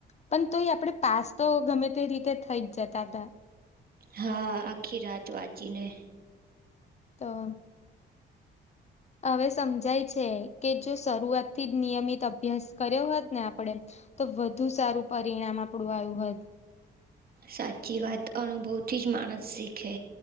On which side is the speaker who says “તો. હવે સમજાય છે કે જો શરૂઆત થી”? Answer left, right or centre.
Left